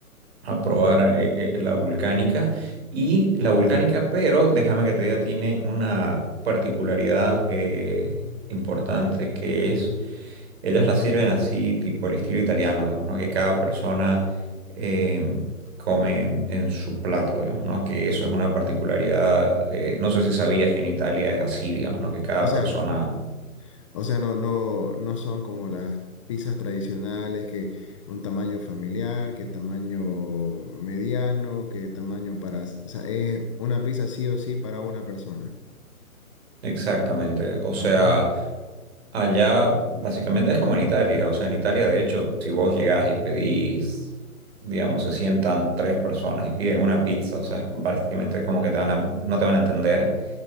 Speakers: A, on the right; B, on the left.
A: a probar eh, eh, eh, la volcánica. Y la
B: Uh,
A: volcánica, pero déjame que te diga, tiene una particularidad eh, importante que es, ellas la sirven así, tipo el estilo italiano, digamos, ¿no? Que cada persona eh, come en en su plato, digamos, ¿no? Que eso es una particularidad, eh, no sé si sabías que en Italia es así, digamos, ¿no? Que cada
B: O sea,
A: persona,
B: o sea, no, no, no son como las pizzas tradicionales, que un tamaño familiar, que tamaño mediano, que tamaño para... O sea, es una pizza sí o sí para una persona.
A: exactamente, o sea...
B: Ah.
A: Allá básicamente es como en Italia, o sea, en Italia de hecho, si vos llegás y pedís, digamos, se sientan tres personas y piden una pizza, o sea, es básicamente como que te van a- no te van a entender